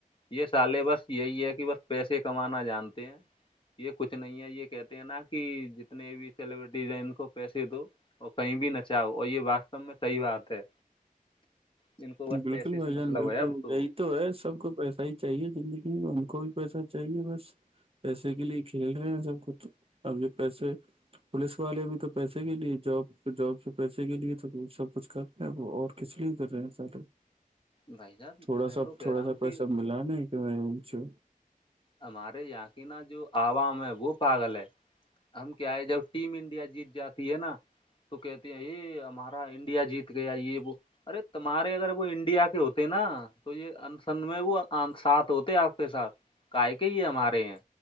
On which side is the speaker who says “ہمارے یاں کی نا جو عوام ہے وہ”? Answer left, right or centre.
Left